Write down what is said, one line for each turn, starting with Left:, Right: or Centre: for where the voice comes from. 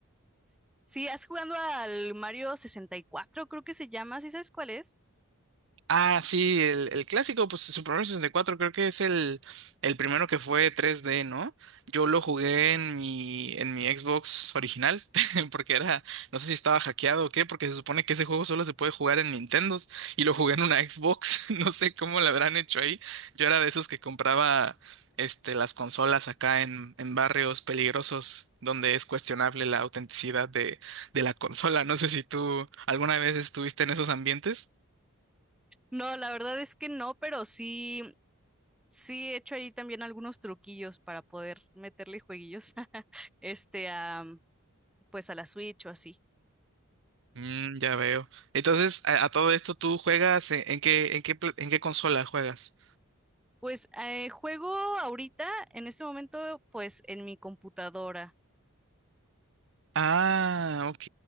Centre: sí, ¿has jugando al Mario sesenta y cuatro? Creo que se llama, ¿sí sabes cuál es?
Right: Ah, sí, el, el clásico, pues Super Mario 64 creo que es el, el primero que fue 3D, ¿no? Yo lo jugué en mi, en mi Xbox original, <laughs> porque era, no sé si estaba hackeado o qué, porque se supone que ese juego solo se puede jugar en Nintendos, y lo jugué en una Xbox, <laughs> no sé cómo lo habrán hecho ahí. Yo era de esos que compraba este, las consolas acá en, en barrios peligrosos, donde es cuestionable la autenticidad de, de la consola. No sé si tú alguna vez estuviste en esos ambientes.
Centre: No, la verdad es que no, pero sí. Sí, he hecho ahí también algunos truquillos para poder meterle jueguillos <laughs> este a pues a la Switch o así.
Right: Mm, ya veo. Entonces, a, a todo esto, ¿tú juegas en, en qué, en qué, pla- en qué consola juegas?
Centre: Pues eh, juego ahorita, en este momento, pues en mi computadora.
Right: Ah, ok.